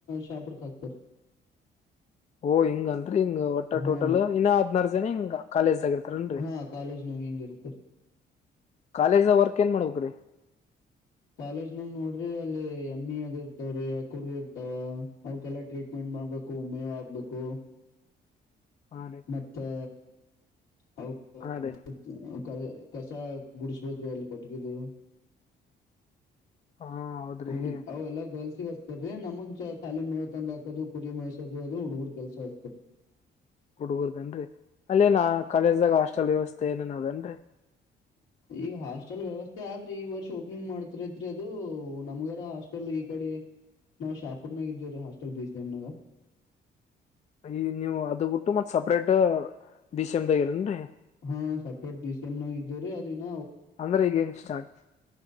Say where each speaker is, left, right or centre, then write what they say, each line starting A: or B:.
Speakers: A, on the left; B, on the left.
A: ಶಾಪರ್ಕ್ ಹಾಕ್ತಾರ
B: ಓ ಹಿಂಗನ್ರಿ ಹಿಂಗ್ ಒಟ್ಟಾ
A: ಹಾ
B: ಟೋಟಲ್ ಇನ್ನ ಹದ್ನಾರ ಜನ ಹಿಂಗ ಕಾಲೇಜ್ ಆಗ ನ್ <inaudible>
A: ಹಾ ಕಾಲೇಜ್ನಾಗ ಹಿಂಗ ಇರ್ತರಿ
B: ಕಾಲೇಜ್ ವರ್ಕ್ ಏನ್ ಮಾಡಬೇಕಕ್್ರೀ
A: ಕಾಲೇಜ್ನಾಗ ನೋಡ್ರಿ ಅಲ್ಲಿ ಎಮ್ ಇ ಅದ ಇರ್ತವ್ರಿ ಅ ಕುರ ಇರ್ತಾವ ಅವೆಲ್ಲಾ ಟ್ರೀಟ್ ೆಂಟ್ ಮಾಡ್ಬೇಕು ಒಮ್ಮೆವ್ ಆಗ್ಬೇಕು
B: ಹಾ ರೀ
A: ಮತ್ತೆ <unintelligible>
B: ಹಾ ರೀ
A: ಕ ಕಸ ಗುಡಸ್ಬೇಕ್ರೀ ಅಲ್ಲಿ ಕೊಟ್ಟಗಿದು
B: ಹಾ ಹೌದ್ರಿ
A: ಹೌಡಿ ಅವ ಎಲ್ಲ ಗರ್ಲ್ಸ್ ಸಿಗಸ್ತದೀ ನಮಗ್ ಖಾಲಿ ಮೇವ ತಂದ ಹಾಕದು ಕುರಿ ಮಸೋದು ಅದು ಹುಡ್ಗರ್ ಕೆಲ್ಸ ಅತಾರರಿ
B: ಹುಡುಗರ್ದನ್ರಿ ಅಲ್ಲೇನ್ ಕಾಲೇಜ್ದಾಗ ಹಾಸ್ಟೆಲ್ ವ್ಯವಸ್ಥೆ ಏನೇನ ಅದೇನ್ರರಿ
A: ಈಗ ಹಾಸ್ಟೆಲ್ ವ್ಯವಸ್ಥೆ ಆದ್ರಿ ಈ ವರ್ಷ ಓಪನಿಂಗ್ ಮಾಡ್ತಾರಐತ್ರಿ ಅದು ನಮ್ಗಾರ ಹಾಸ್ಟೆಲ್ ಈ ಕಡೆ ನಾವು ಶಾಪುರ್ನಾಗ ಇದೇವಿ ರೀ ಹಾಸ್ಟೆಲ್ ಬಿ ಸಿ ಎಮನಾಗ
B: ಈ ನೀವು ಅದು ಬಿಟ್ಟು ಮತ್ತ್ ಸಪ್ರೇಟ್ ದಷಮ್ದಾಗರನ್ರಿ
A: ಹಾ ಸಪ್ರೇಟ್ ಡಿಸ ಎಮ್ನಾಗ ಇದವ್ರರಿ ಅದಿನ
B: ಅಂದ್ರೆ ಈಗೇನ್ ಸ್ಟಾರ್ಟ್